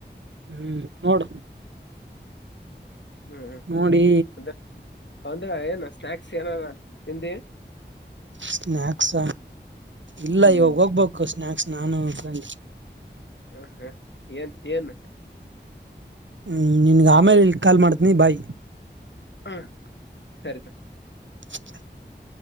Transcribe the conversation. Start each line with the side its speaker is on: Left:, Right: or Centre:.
Right: ಹ್ಮ್ ನೋಡ
Left: ಹ್ಮ್
Right: ನೋಡಿ
Left: ಅಂದ್ರ ಅಂದ್ರ ಏನ್ ಸ್ನಾಯಕ್ಸ್ ಏನಾರ ತಿದಿ
Right: ಸ್ನ್ಯಕ್ಸ್ ಇಲ್ಲ
Left: ಹ್ಮ್
Right: ಇವಾಗ ಹೋಗ್ಬೇಕು ಸ್ನ್ಯಾಕ್ಸ್ ನಾನು ಕಂದ
Left: ಹ ಹಾ ಏಂತ ಏನ್
Right: ಹ್ಮ ನಿನ್ಗೆ ಆಮೇಲೆ ಕಾಲ್ ಮಾಡ್ತೀನಿ ಬಾಯ್
Left: ಹಾ ಸರಿ
Right: <inaudible>